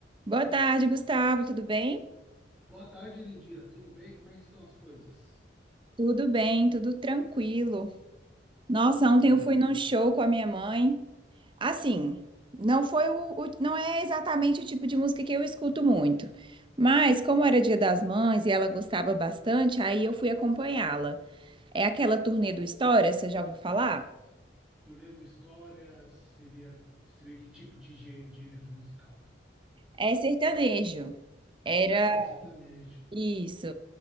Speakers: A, on the right; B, in the centre.
A: Boa tarde, Gustavo. Tudo bem?
B: Boa tarde, Lindira. Tudo bem? Como é que estão as coisas?
A: Tudo bem, tudo tranquilo. Nossa, ontem
B: Uhum.
A: eu fui num show com a minha mãe. Assim, não foi o, o- não é exatamente o tipo de música que eu escuto muito. Mas como era Dia das Mães e ela gostava bastante, aí eu fui acompanhá-la. É aquela turnê do História, você já ouviu falar?
B: Turnê de história seria, seria que tipo de gê- gênero musical?
A: É sertanejo. Era
B: Ah, é sertanejo.
A: isso.